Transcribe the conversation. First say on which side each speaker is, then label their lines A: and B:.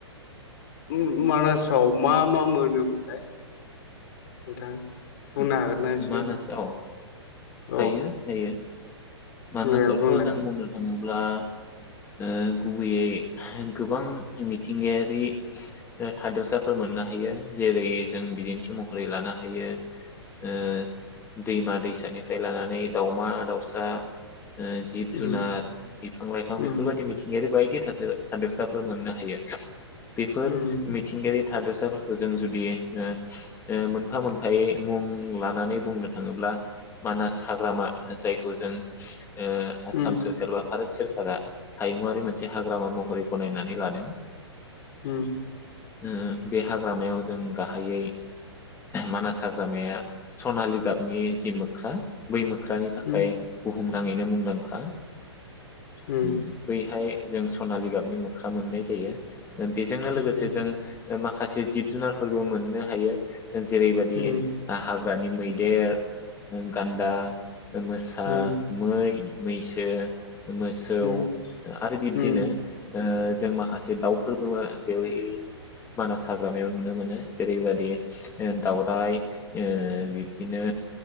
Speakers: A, on the left (about 50°); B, on the left (about 15°).
A: म मानासाव मा मा मोनोमोनलाय नोंथां बुंनो
B: म-
A: हागोनना एसे
B: मानासाव हायो
A: औ
B: हायो मानासावथ
A: दे बुंलाय
B: जों बुंनो नाङा होनोब्ला ओ गुबैयै गोबां मिथिंगायारि थादोरसाफोर मोननो हायो जेरै जों बिदिन्थि महरै लानो हायो ओ दैमा दैसानिफ्राय लानानै दावमा दाउसा ओ जिब जुनार
A: उम
B: बिफां लाइफां
A: उम
B: बेफोरबायदि मिथिंगायारि बाय <inaudible> हादोरसाफोर मोननो हायो बेफोर
A: उम
B: मिथिंगायारि हादोरसाफोरखौ जों जुदि ओ <unintelligible> ओ मोनफा मोनफायै मुं लानानै बुंनो थाङोब्ला मानास हाग्रामा जायखौ जों ओ आसाम
A: उम
B: सोरखार बा भारत सोरखारा हायुंआरि मोनसे हाग्रामा महरै गनायनानै लादों
A: उम
B: ओ-ओ बे हाग्रामायाव जों गाहायै मानास हाग्रामाया सनालि गाबनि जि मोख्रा बै मोख ख्रानि थाखाय
A: उम
B: बुुहुमनाङैनो मुंदांखा हा
A: उम
B: बैहाय जों सनालि गाबनि मोख्रा मोननाय जायो बेजोंनो लोगोसे
A: उम
B: जों माखासे जिब-जुनारफोरबो मोननो हायो जेरैबायदि
A: उम
B: हा हाग्रानि मैदेर गान्दा ओ मोसा
A: उम
B: मै मैसो मोसौ
A: उम
B: आरो बिब्दिनो
A: उम
B: ओ जों माखासे दाउफोरबो बेवो बेवहाय मानास हाग्रामायाव नुनो मोनो। जेरैबायाददि ओ दावउराय ओ बिब्दिनो